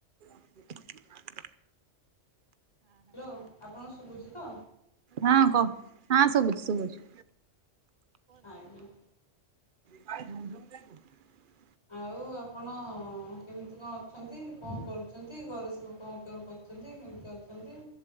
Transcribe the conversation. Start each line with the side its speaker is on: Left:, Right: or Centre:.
Right: ଦେ <inaudible>
Left: ହ୍ୟାଲୋ ଆପଣଙ୍କୁ ସୁଭୁଜି ତ?
Right: ହଁ କହ ହଁ ଶୁଭୁଚି ଶୁଭୁଚି।
Left: ଆଜ୍ଞା।
Right: କାଇଁ ଝୁମ୍ ଝୁମ୍ କାଇଁ କରୁଛୁ <inaudible>
Left: ଆଉ ଆପଣ ଅଁ ଅଁ ଅଁ କେମିତି କଣ ଅଛନ୍ତି କଣ କରୁଛନ୍ତି ଘରେ ସବୁ କଣ କେ କରୁଛନ୍ତି କେମିତି ଅଛନ୍ତି?